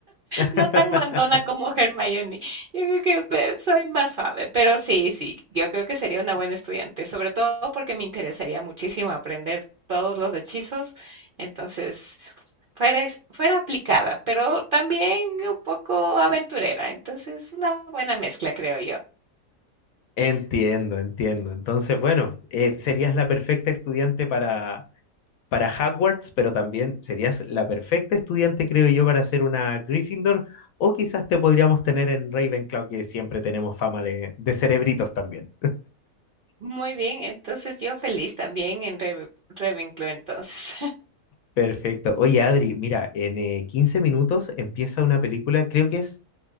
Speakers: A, on the left; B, on the right.
A: <laughs>
B: No tan mandona como Hermione. Yo creo que pues, soy más suave, pero sí, sí, yo creo que sería una buena estudiante, sobre todo porque me interesaría muchísimo aprender todos los hechizos. Entonces, fuera, ex- fuera aplicada, pero también un poco aventurera. Entonces, una buena mezcla, creo yo.
A: Entiendo, entiendo. Entonces, bueno, eh, serías la perfecta estudiante para, para Hogwarts, pero también serías la perfecta estudiante, creo yo, para ser una Gryffindor, o quizás te podríamos tener en Ravenclaw, que siempre tenemos fama de, de cerebritos también.
B: Muy bien, entonces yo feliz también en Reve- Ravenclaw, entonces.
A: Perfecto. Oye, Adri, mira, en eh, 15 minutos empieza una película, creo que es